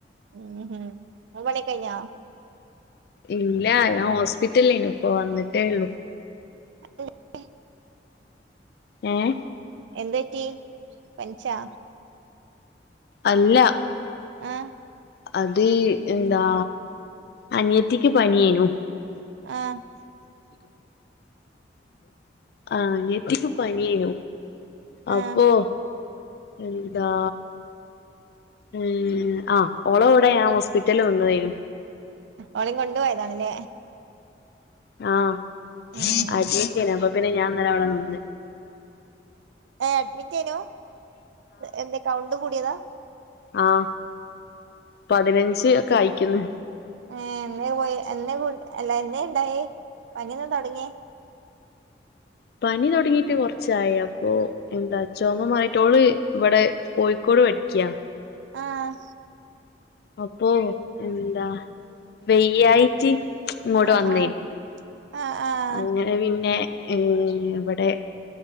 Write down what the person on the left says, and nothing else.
ഇല്ല ഞാൻ ഹോസ്പിറ്റലേനു ഇപ്പ വന്നിട്ടേ ഉള്ളു
ആഏ
അല്ല
അത് എന്താ അനിയത്തിക്ക് പനിയെന്നു
ആ എത്തി പനിയു അപ്പൊ
എന്താ ഉ ആ് ഓള കവിടെ ഞാൻ ഹോസ്പിറ്റല വന്നും
ആഹ
അഡ്മിറ്റ് ചെയ്യന അപ്പൊ പിന്നെ ഞാൻന്നല്ല അവിടെ നിന്ന്
ആഹ പതിനഞ്ച് ഒക്കെ അയിക്കുന്നു
<inaudible> പനി തുടങ്ങിട്ട് കുറച്ചായി അപ്പോ എന്താ ചോമ്മ മാറിയിട്ടോള് ഇവിടെ കോഴിക്കോട് പ ക്കാ
അപ്പോൊ എന്താ വെയ്യഴട്ട് ഇങ്ങോട്ട്
വന്നേരുന്നു
അങ്ങനെ പിന്നെ ഏ ഇവിടെ